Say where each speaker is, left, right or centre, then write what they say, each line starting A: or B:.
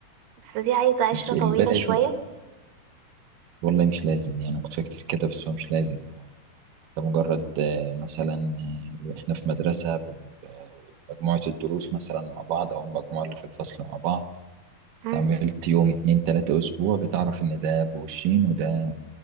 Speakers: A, on the right; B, on the right.
A: بس دي عايزة عشرة
B: البلدي
A: طويلة شوية
B: والله مش لازم يعني أنا كنت فاكر كده بس هو مش لازم هو ده مجرد آه، مثلا آه، إحنا في مدرسة ب- ب- مجموعة الدروس مثلا مع بعض أو المجموعة اللي في الفصل مع بعض
A: مم.
B: اتعاملت يوم اتنين تلاتة أسبوع بتعرف إن ده بالشين وده